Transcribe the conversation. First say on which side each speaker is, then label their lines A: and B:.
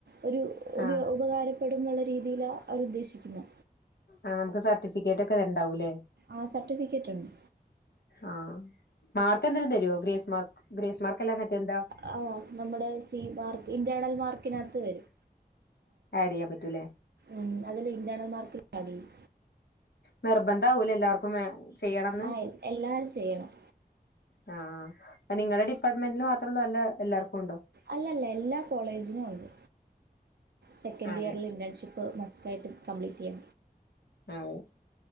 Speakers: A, on the right; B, on the left.
A: ഒരു ഉപയോ
B: ആഹ്
A: ഉപകാരം പ്പെടും ന്നുള്ള രീതിയില അവരുദ്ദേശിക്ക്ന്നെ.
B: ആഹ് നമുക്ക് സർട്ടിഫിക്കേറ്റൊക്കെ തര്ണ്ടാവൂല്ലേ?
A: ആഹ് സർട്ടിഫിക്കറ്റ്ണ്ട്.
B: ആഹ് മാർക്കെന്തേലും തരോ? ഗ്രേസ് മാർക്ക് ഗ്രേസ് മാർക്കല്ല മറ്റേ എന്താ
A: ആഹ് നമ്മടെ സി മാർക്ക് ഇന്റേണൽ മാർക്കിനത്ത് വരും.
B: ആഡെയ്യാൻ പറ്റുല്ലേ?
A: ഉം അതില് ഇന്റെർണൽ മാർക്കില് ആടെയ്യും.
B: നിർബന്ധാവൂലെ എല്ലാർക്കും വേ ചെയ്യണംന്ന്?
A: ആ എൽ- എല്ലാവരും ചെയ്യണം
B: ആഹ് അപ്പ നിങ്ങടെ ഡിപ്പാർട്ട്മെന്റില് മാത്രൊള്ളൂ അല്ല എല്ലാർക്കുംണ്ടോ?
A: അല്ലല്ല എല്ലാ കോളേജിനും ഉണ്ട് സെക്കൻഡ്
B: അതെ
A: ഇയറില് ഇന്റേൺഷി പ്പ് മസ്റ്റായിട്ട് കംപ്ലീറ്റെയ്യ.
B: അതെ